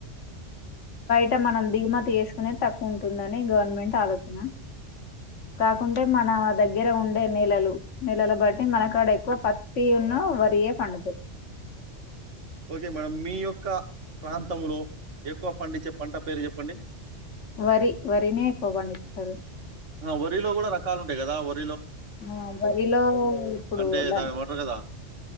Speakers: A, on the right; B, on the left.
A: అ
B: అట్ట మనం దిగుమతి చేసుకునే తక్కువ ఉంటుందని గవర్నమెంట్ ఆలోచన కాకుంటే మన దగ్గర ఉండే నెలలు నెలలు బట్టి మనకాడ ఎక్కువ పత్తి ఉన్న వరియ పండుత
A: ఓకే మేడంమ్ మీ యొక్క ప్రాంతంలో ఎక్కువ పండిే పంట పేరు చెప్ప ప్పండిడి
B: వరి వరినే ఎక్కువగాబండిస్తారు
A: వరిలో కూడా రకాలు ఉంటాయి కదా వరి
B: ఆ బరిలో ఇప్పుడుల
A: అంటే దాన్నేమంటారు గదా!